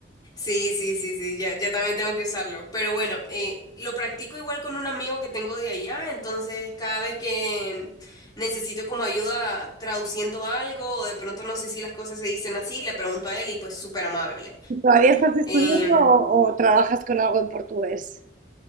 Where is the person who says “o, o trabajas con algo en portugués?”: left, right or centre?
Right